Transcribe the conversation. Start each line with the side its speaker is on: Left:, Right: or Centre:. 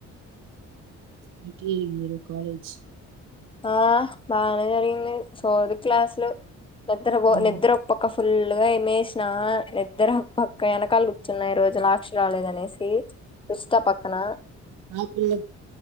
Right: జిటియే ఇంజీరా కాలేజ్
Left: ఆహ్ బానె జరిగింది సోది క్లాస్లు నిద్ర పో
Right: ఉమ్
Left: నిద్ర ఒక పక్కఫ్ ఫుల్గా ఇమేస్నా నిద్దరొక్పక్క ఎనకాలు చిన్న ఈరోజు లాక్షి రాలేదనేసి రుచిత పక్కన
Right: ఆ పిల్ల